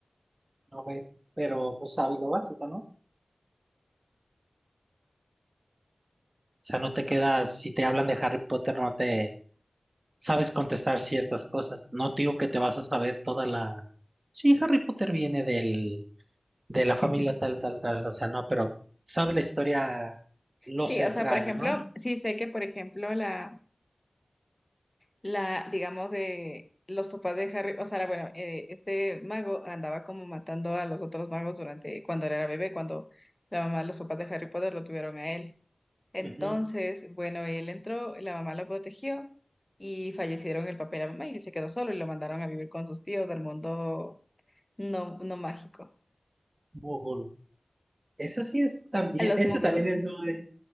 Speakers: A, on the right (about 45°); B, on the left (about 20°).
A: No, güey, pero pues sabes lo básico, ¿no? O sea, no te quedas, si te hablan de Harry Potter, no te sabes contestar ciertas cosas. No te digo que te vas a saber toda la... Sí, Harry Potter viene del, de la
B: <laughs>
A: familia tal, tal, tal, o sea, no, pero sabe la historia, lo
B: Sí,
A: central,
B: o sea, por ejemplo,
A: ¿no?
B: sí sé que, por ejemplo, la, la, digamos, de los papás de Harry, o sea, bueno, eh, este mago andaba como matando a los otros magos durante, cuando él era bebé, cuando la mamá, los papás de Harry Potter lo tuvieron a él. Entonces,
A: Ujú.
B: bueno, él entró, la mamá lo protegió y fallecieron el papá y la mamá y él se quedó solo y lo mandaron a vivir con sus tíos del mundo no, no mágico,
A: Google. Eso sí es también,
B: a los
A: eso
B: muggles.
A: también es muy,